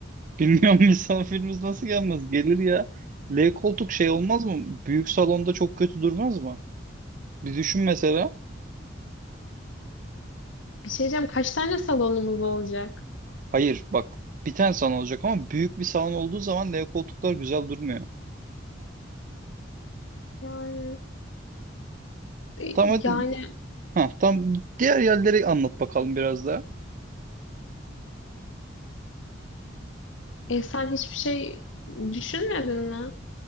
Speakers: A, on the right; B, on the left.
A: Bilmiyorum <laughs> misafirimiz nasıl gelmez? Gelir ya. L koltuk şey olmaz mı? Büyük salonda çok kötü durmaz mı? Bir düşün mesela.
B: Bir şey diyeceğim, kaç tane salonumuz olacak?
A: Hayır bak bir tane salon olacak ama büyük bir salon olduğu zaman L koltuklar güzel durmuyor.
B: Yani e,
A: Tamam hadi.
B: yani
A: Ha, tam diğer yerleri anlat bakalım biraz daha.
B: e, sen hiçbir şey düşünmedin mi?